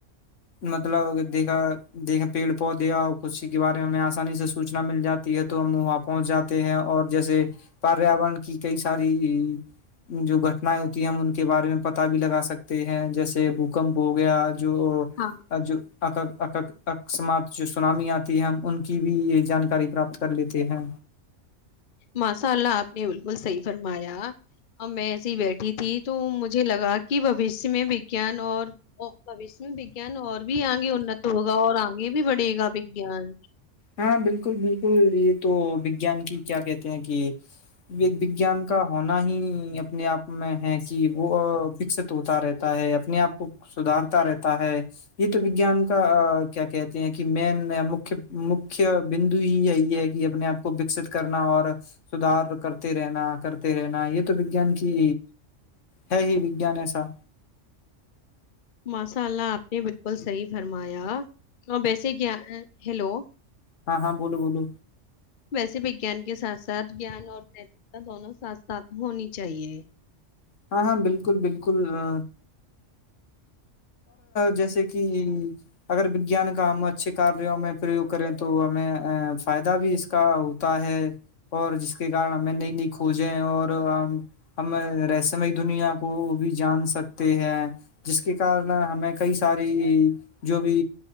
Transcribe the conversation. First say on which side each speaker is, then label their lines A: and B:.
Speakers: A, on the left (about 75°); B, on the left (about 45°).
A: مطلب دیکھا دیکھا پیڑ پودے یا کسی کے بارے میں ہمیں آسانی سے سوچنا مل جاتی ہے تو ہم وہاں پہنچ جاتے ہیں اور جیسے پریاورن کی کئی ساری جو گ ہوتی ہم ان کے بارے میں پتا بھی لگا سکتے ہیں جیسے بھوکمپ ہو گیا جو
B: ہاں
A: جوک ق سمات جو سناامی آتی ہے ان کی بھی یہ جانکاری پراپت کر لیتے ہیں
B: ماشاء اللہ آپ نے بالکل صحیح فرمایا اور میں ایسے ہی بیٹھی تھی تو مجھے لگا کہ بوشیہ میں وگان اور بش میں ان اور بھی آگے انت ہوگا اور آگے بھی بڑھے گا وگیان
A: ہاں بالکل بالکل یہ تو وجان کی کیا کہتے ہیں کہ وجان کا ہونا ہی اپنے آپ میں ہے کہ وہ وکست ہوتا رہتا ہے اپنے آپ کو سدھارتا رہتا ہے یہ تو وجان کا کیا کہتے ہیں کہ مین مک مکھھی بندو ہی یہی ہے کہ اپنے آپ کو وکست کرنا اور سدھار کرتے رہنا کرتے رہنا یہ تو وجان کی ہے ہی وجان ایسا
B: ماشاء اللہ آپ نے بالکل صحیح فرمایا ویسے کیا ہیلو
A: ہاں ہاں بولو بولو
B: ویسے وگان کے ساتھ ساتھ جان اور نیتکتا دونوں ساتھ ساتھ ہونی چاہیے
A: ہاں ہاں بالکل بالکل ا جیسے کہ اگر وگان کا ہم اچھے کار میں پریوگ کریں تو ہمیں فائدہ بھی اس کا ہوتا ہے اور جس کے کارن ہمیں نئی نئی کھوجیں اور ہم ہم رہسم دنیا کو بھی جان سکتے ہیں جس کے ارن ہمیں کئی ساری جو بھی